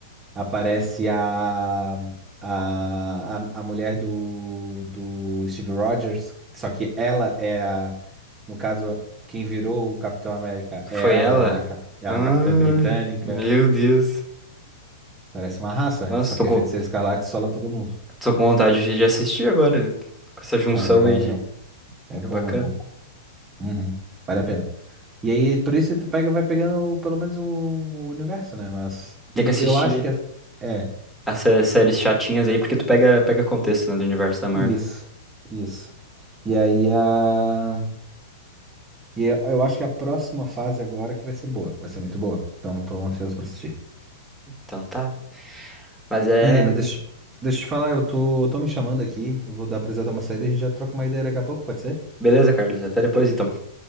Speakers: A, on the right; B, in the centre.
A: Aparece a, a, a, a mulher do, do Steve Rogers, só que ela é a, no caso, quem virou o Capitão América
B: Foi
A: é ela,
B: ela?
A: ela, é a cap- ela
B: Ai,
A: é a Capitã Britânica.
B: meu Deus.
A: Parece uma raça,
B: Nossa,
A: só que
B: tô com,
A: a Feiticeira Escarlate sola todo mundo.
B: tô com vontade de de assistir agora, né? com essa junção
A: Não, é legal,
B: aí
A: é legal.
B: de...
A: É bom,
B: É bacana.
A: é bom. Uhum. Vale a pena. E aí, por isso tu pega, vai pegando pelo menos o, o universo, né? Mas.
B: Tem
A: E
B: que assistir
A: eu acho que a- é.
B: essas séries chatinhas aí, porque tu pega, pega contexto, né, do universo da Marvel.
A: Isso. Isso. E aí a. E eu eu acho que a próxima fase agora que vai ser boa, vai ser muito boa. Então tô ansioso pra assistir.
B: Então tá. Mas é.
A: Ei, mas deixa, deixa eu te falar, eu tô, tô me chamando aqui, eu vou dar precisar dar uma saída, a gente já troca uma ideia daqui a pouco, pode ser?
B: Beleza, Carlos? Até depois então.